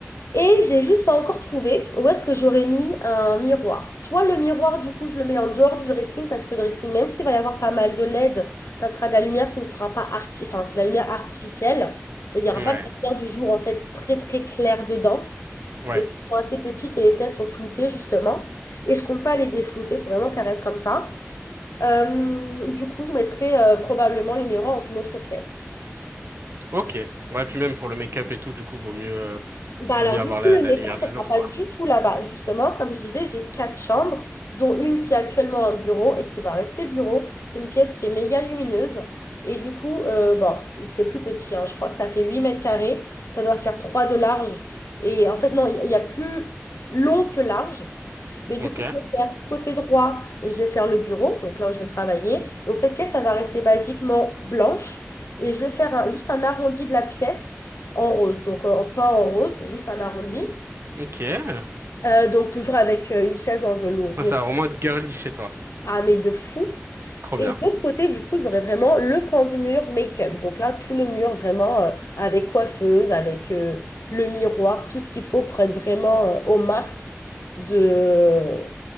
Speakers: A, on the left (about 70°); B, on the right (about 55°).
A: Et j'ai juste pas encore trouvé où est-ce que j'aurais mis un miroir. Soit le miroir, du coup, je le mets en dehors du dressing parce que le dressing, même s'il va y avoir pas mal de LED, ça sera de la lumière qui ne sera pas arti... enfin, c'est de la lumière artificielle. C'est-à-dire, il n'y
B: Ouais.
A: aura pas de lumière du jour, en fait, très, très claire dedans.
B: Ouais.
A: Les fenêtres sont assez petites et les fenêtres sont floutées, justement. Et je compte pas les déflouter, il faut vraiment qu'elles restent comme ça. Euh, du coup, je mettrai euh, probablement les miroirs dans une autre pièce.
B: Ok. Ouais, puis même pour le make-up et tout, du coup, vaut mieux, euh,
A: Bah alors
B: vaut mieux
A: du
B: avoir
A: coup,
B: la,
A: le
B: la
A: make-up,
B: lumière du
A: ça sera
B: jour,
A: pas
B: quoi.
A: du tout là-bas. Justement, comme je disais, j'ai quatre chambres, dont une qui est actuellement un bureau et qui va rester bureau. C'est une pièce qui est méga lumineuse. Et du coup, euh, bon, c'est c'est plus petit, hein. Je crois que ça fait 8 mètres carrés. Ça doit faire 3 de large. Et en fait, non, il y a plus long que large. Mais du
B: Ok.
A: coup, je vais faire côté droit, je vais faire le bureau, donc là où je vais travailler. Donc cette pièce, elle va rester basiquement blanche. Et je vais faire un- juste un arrondi de la pièce en rose, donc euh, pas en rose, juste un arrondi.
B: Ok. Ouais,
A: Euh, donc toujours avec euh, une chaise en velours rose,
B: ça va vraiment être girly chez toi.
A: ah mais de fou.
B: Trop
A: Et
B: bien.
A: de l'autre côté, du coup, j'aurais vraiment le pan du mur make-up. Donc là, tout le mur vraiment euh, avec coiffeuse, avec euh, le miroir, tout ce qu'il faut pour être vraiment euh, au max de,